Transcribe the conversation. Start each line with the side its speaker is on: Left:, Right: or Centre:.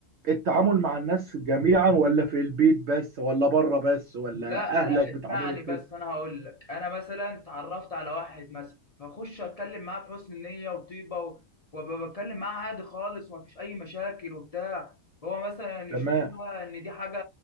Right: التعامل مع الناس جميعا ولا في البيت بس ولا بره بس ولا
Left: لا
Right: اهلك
Left: لا
Right: بتعاملهم
Left: اسمعني بس
Right: كده
Left: انا هقول لك انا مثلا اتعرفت على واحد مثلا فاخش اتكلم معاه بحسن نيه وطيبه و- وابقى بتكلم معاه عادي خالص ومفيش اي مشاكل وبتاع هو مثلا
Right: تمام
Left: يشوف بقى ان دي حاجه